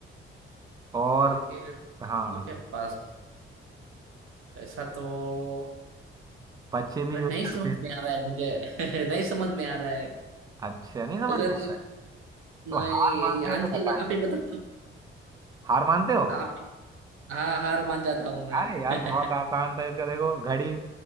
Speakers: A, on the right; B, on the right.
A: और
B: लड़के लड़कियों
A: हाँ
B: के पास ऐसा तो
A: बच्चे भी
B: अरे
A: यूज
B: नहीं
A: करते
B: समझ
A: हैं
B: में आ रहा है मुझे <laughs> नहीं समझ में आ रहा है
A: अच्छा नहीं समझ
B: अगर
A: में आ रहा है तो
B: नहीं
A: हार मानते हो
B: आंसर
A: तो बताओ
B: आप ही बता
A: हार मानते हो
B: आप हाँ हार मान जाता हूँ मैं
A: अरे यार बहुत आसान
B: <laughs>
A: था इसका देखो घड़ी